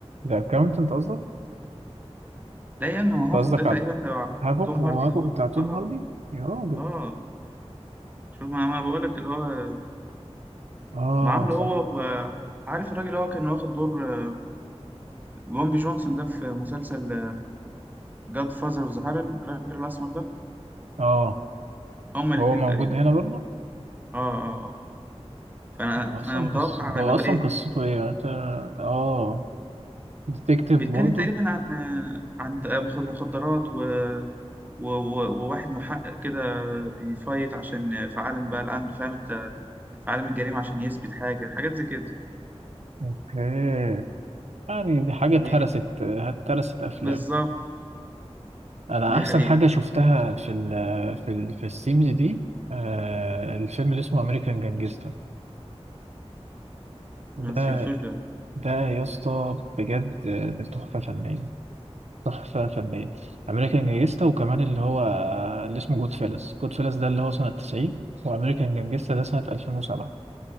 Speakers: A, on the right (about 80°); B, on the right (about 15°).
A: الأكاونتنت قصدك؟
B: لا يا عم ما
A: أنت قصدك
B: هافوك ده تقريبا
A: على
B: تبع
A: هافوك
B: توم
A: هو
B: هاردي
A: هافوك
B: هو
A: بتاع توم
B: آه
A: هاردي؟ يا راجل
B: آه شوف ما أنا بقول لك اللي هو
A: آه
B: ما عامله
A: صح
B: هو وعارف الراجل اللي هو كان واخد دور آه، بومبي جونسون ده في مسلسل جاد فازر اوف ذا هارل الراجل الاسمر ده
A: آه
B: هما الاثنين
A: هو موجود
B: تقريبا
A: هنا برضه؟
B: اه اه اه فانا
A: هو أصلا
B: انا متوقع
A: قصة هو
B: اللي هو
A: أصلا
B: ايه
A: قصته إيه؟ أنت آه ديتكتيف
B: بيتكلم
A: برضه؟
B: تقريبا عن آه، عن آه، مخ- مخدرات و... و... و... وواحد محقق كده بيفايت عشان في عالم بقى الان فاهم انت في عالم الجريمه عشان يثبت حاجه حاجات زي كده
A: أوكي يعني دي حاجة
B: وبي...
A: اتهرست اتهرست أفلام
B: بالظبط
A: أنا
B: دي
A: أحسن
B: حقيقه
A: حاجة شفتها في ال في ال في السيمز دي آه الفيلم اللي اسمه أمريكان جانجستا ده
B: ما شفتوش ده
A: ده يا اسطى بجد آه، تحفة فنية تحفة فنية أمريكان جانجستا وكمان اللي هو اللي اسمه جود فيلز جود فيلز ده اللي هو سنة 90 وأمريكان جانجستا ده سنة 2007